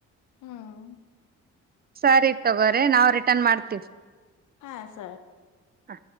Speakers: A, on the left; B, on the right.
A: ಹ್ಮ್
B: ಸರಿ ತಗೋರಿ ನಾವು ರಿಟರ್ನ್ ಮಾಡ್ತೀವಿ.
A: ಹಾ ಸರಿ
B: ಹ.